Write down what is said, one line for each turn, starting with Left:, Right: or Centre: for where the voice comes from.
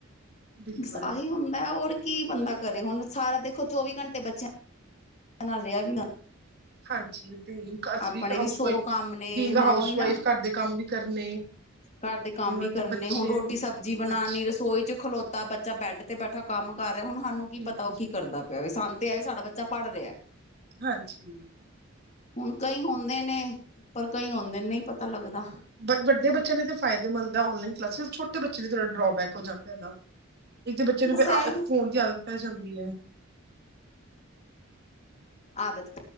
Right: ਬਿਲਕੁਲ
Left: ਬਸ ਆਹੀ ਹੁੰਦਾ ਏ, ਹੋਰ? ਕੀ ਬੰਦਾ ਕਰੇ ਹੁਣ? ਸਾਰਾ ਦੇਖੋ ਚੌਵੀ ਘੰਟੇ ਬੱਚਿਆਂ ਨਾਲ ਰਿਹਾ ਵੀ ਨਾ
Right: ਹਾਂਜੀ। ਘਰ ਚ
Left: ਆਪਣੇ
Right: ਬੀਂਗ ਅ
Left: ਵੀ
Right: ਹਾਉਸਵਾਈਫ,
Left: ਸੌ ਕੰਮ ਨੇ
Right: ਬੀਂਗ ਅ
Left: ਹਾਂ
Right: ਹਾਊਸਵਾਈਫ
Left: ਉਹੀ ਨਾ
Right: ਘਰ ਦੇ ਕੰਮ ਵੀ ਕਰਨੇ।
Left: ਘਰ ਦੇ ਕੰਮ
Right: ਤੇ ਉਹ
Left: ਵੀ ਕਰਨੇ,
Right: ਬੱਚੇ
Left: ਹੁਣ ਰੋਟੀ ਸਬਜ਼ੀ ਬਣਾਉਣੀ,
Right: ਬੱਚੇ
Left: ਰਸੋਈ ਚ ਖਲੋਤਾ ਬੱਚਾ ਬੈਡ ਤੇ ਬੈਠਾ ਕੰਮ ਕਰ ਰਿਹਾ, ਹੁਣ ਹਾਨੂੰ ਕੀ
Right: ਬਿਲਕੁਲ
Left: ਪਤਾ ਉਹ
Right: ਜੀ,
Left: ਕੀ ਕਰਦਾ ਪਿਆ ਵੇ? ਸਾਨੂੰ ਤੇ ਏਹ ਵੇ,
Right: ਜੀ
Left: ਸਾਡਾ
Right: ਜੀ,
Left: ਬੱਚਾ ਪੜ੍ਹ ਰਿਹਾ ਏ।
Right: ਹਾਂਜੀ।
Left: ਹੁਣ ਕਈ ਹੁੰਦੇ ਨੇ, ਪਰ ਕਈ ਹੁੰਦੇ ਨੇ ਨਹੀਂ ਪਤਾ ਲੱਗਦਾ।
Right: ਬ ਵੱਡੇ ਬੱਚਿਆਂ ਲਈ ਤਾਂ ਫਾਇਦੇਮੰਦ ਏ ਔਨਲਾਈਨ ਕਲਾਸਿਸ, ਛੋਟੇ ਬੱਚੇ ਲਈ ਥੋੜਾ ਡਰੋਬੈਕ ਹੋ ਜਾਂਦਾ ਇਹਦਾ। ਇੱਕ ਤੇ ਬੱਚੇ ਨੂੰ
Left: ਬਸ
Right: ਆਹ
Left: ਐ
Right: ਏਹ ਫੋਨ ਦੀ ਆਦਤ ਪੈ ਜਾਂਦੀ ਹੈ।
Left: ਆਦਤ।